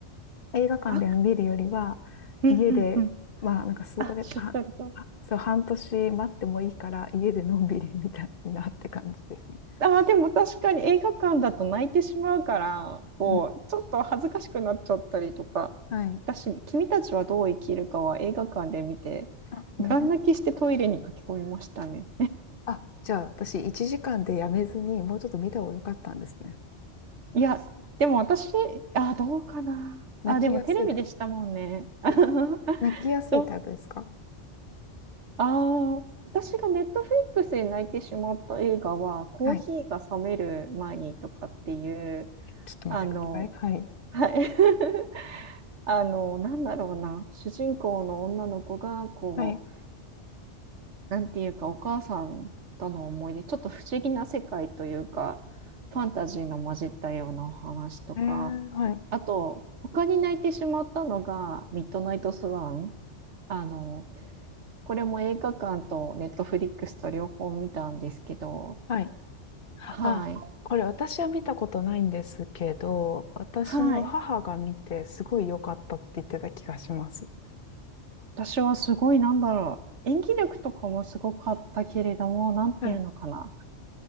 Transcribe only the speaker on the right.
あ、うんうんうん。
あ、しっとりと。
あー、でも確かに映画館だと泣いてしまうから、こう、
ちょっと恥ずかしくなっちゃったりとか、
私、君たちはどう生きるかは映画館で見て、
ガン泣きしてトイレに駆け込みましたね。
いや、でも私、あ、どうかな。
あ、でもテレビでしたもんね。<laughs>
と、ああ、私がネットフリックスで泣いてしまった映画は、コーヒーが冷める前にとかっていう、
あの、
はい。<laughs> あの、なんだろうな、主人公の女の子が、こう、
なんていうか、お母さんとの思い出、ちょっと不思議な世界というか、ファンタジーの混じったようなお話とか、
あと、他に泣いてしまったのが、ミッドナイトスワン。あの、これも映画館とネットフリックスと両方見たんですけど、
はい。
はい。私はすごい、なんだろう。演技力とかもすごかったけれども、なんていうのかな。